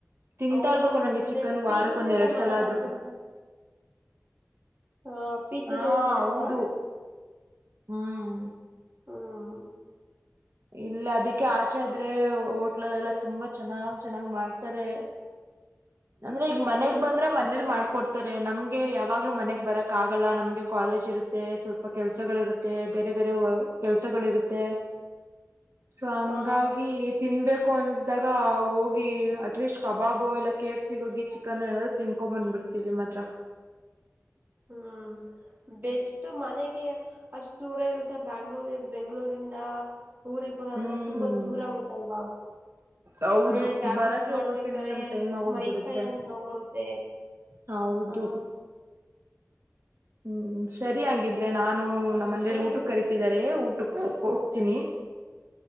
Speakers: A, on the right (about 55°); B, on the right (about 40°).
A: ತಿಂತಾ
B: ಹೌದು
A: ಇರ್ಬೇಕು
B: ನಿಮಗಿನ್ನ
A: ನಂಗೆ ಚಿಕನ್
B: ಪಿ
A: ವಾರಕ್
B: ಜಿಲೆಲ್ಲ
A: ಒಂದ್ ಎರಡ್
B: ಮಾಡೋದ
A: ಸಲ ಆದ್ರರು
B: ಅಷ್ಟೊಂದು ಹ ಪೀಚದೆಲ್ಲ
A: ಹಾ
B: ಮಾಡುವ್ವಾ
A: ಹೌದು ಹ್ಮ್
B: ಹ್ಮ್
A: ಇಲ್ಲ ಅದಕ್ಕೆ ಆಚೆ ಆದ್ರೆ ಹೋಟ್ಲ ಎಲ್ಲ ತುಂಬಾ ಚೆನ್ನಾಗ್ ಚೆನ್ನಾಗ್ ಮಾಡ್ತಾರೆ
B: <inaudible>
A: ಅಂದ್ರೆ
B: ಹ್ಮ್
A: ಈಗ ಮನೆಗ್ ಬಂದ್ರ ಮನೇಲಿ ಮಾಡಕಡ್ <unintelligible> ನಮ್ಗೆ ಯಾವಾಗ್ಲೂ ಮನೆಗ್ ಬರಕ್ ಆಗಲ್ಲ ನಮ್ಗೆ ಕಾಲೇಜ್ ಇರುತ್ತೆ ಸ್ವಲ್ಪ ಕೆಲ್ಸಗಳು ಇರುತ್ತೆ ತ್ತ ಬೇರೆ ಬೇರೆ ಕೆಲ್ಸಗಳ ಇರುತ್ತೆ ಸೊ ಹಂಗಾಗಿ
B: ಹಾ
A: ತಿನ್ಬೇಕು ಅನ್ಸ್ದಾಗ ಹೋಗಿ ಅಟ್ಲೀಸ್ಟ್ ಕಬಾಬು ಇಲ್ಲ ಕೆ ಎಫ್ ಸಿಿಗೆ ಹೋಗಿ ಚಿಕನ್ ಹೇಳ ತಿನ್ಕೊ ಬಂದ್ಬಿಡ್ತೀವಿ ಮಾತ್ರ
B: ಹ್ಮ್ ಬೆಸ್ಟ್ ಮನೆಗೆ ಅಷ್ಟ ದೂರ ಇರುತ್ತೆ ಬ್ಯಾಂಗ್ಳೂರ್ ಬೆಂಗ್ಗಳೂರಿಂದ ಊರಿಗೆ ಬರೋದ್ರೆ
A: ಹ್ಮ್
B: ತುಂಬಾ ದೂರ ಆಗುತ್ತಲ್ವಾ
A: ಹೌದು
B: ಆಮೇಲೆ ಟ್ರಾವೆಲ್
A: ಬರಕೆ
B: ಮಾಡ್ಬೇಕ್ರೆ
A: ಹೋಗಕೇನೆ ನಮ್ ಟೈಮ್ ಆಗೋಗ್ಬಿಡುತ್ತೆ
B: ಮೈಕೈಲ್ಲ ನಾವವು ಬರುತ್ತೆ
A: ಹೌದು
B: ಹ
A: ಹ್ಮ್ ಸರಿ ಹಾಗಂದ್ರೆ ನಾನು
B: ಹ
A: ನಮ್ಮನೆಯಲ್ಲಿ
B: ಸರಿ
A: ಊಟ ಕರಿತಿದ್ದಾರೆ ಊಟಕ್ಕೆ ಹೋ ಹೋಗ್ತೀನಿ